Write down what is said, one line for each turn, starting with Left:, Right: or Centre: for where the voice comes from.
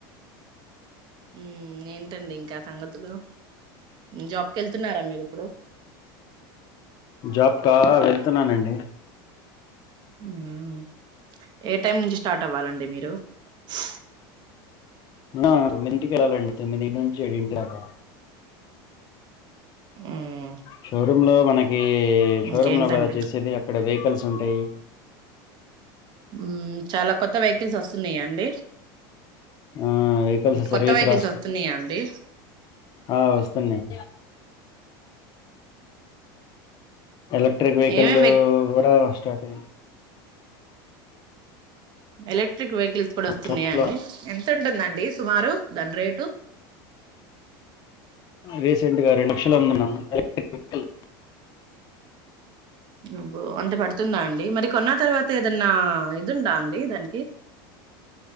Right: ఉమ్ ఏంటండి ఇంక సంగతులు జాబ్ కెళ్తున్నారా మీరు ఇప్పుడు
Left: జాబ్ కా వెల్ తున్నానండి
Right: ఉమ్ ఏ టైమ్ నుంచి స్టార్ట్ అవ్వాలండి మీర్ యౌ సె
Left: ఆ తొమ్మిదింటికి ఎళ్లాలండీ తొమ్మిదింటి నుంచి ఏడింటి దాక
Right: ఉమ్
Left: షోరు మ్లో మనక్ ఈ షో
Right: ఇంకేంటండి
Left: రూమ్ లొ కదా చేసేది అక్కడ కలిసి ఉంటయ్
Right: హ్మ్ చాలా కొత్త వెహికల్స్ వస్తున్నాయండి
Left: ఆ వెహికల్స్ సర్వీస్
Right: కొత్త వెహికల్స్
Left: రాసుకొని
Right: వస్తున్నాయండి
Left: ఆ వస్తున్నాయి ఎలక్ట్రిక్ వెహికల్లు
Right: ఏమేం
Left: కూడా స్టార్ట్ అయింది
Right: ఎలె క్ట్రిక్ వెహికల్స్ కూడా వస్తున్నాయా
Left: షాప్
Right: అండి
Left: లో
Right: ఎంత ఉంటుందండి సుమారు దాని రేటు
Left: రీసెంట్గా రెండు లక్షలు అమ్మినం ఎలక్ట్రిక్ వెహికల్
Right: అబ్బో అంతా పడుతుందా అండి మరి కొన్న తర్వాత ఏదన్నా ఇది ఉందా అండి దానికి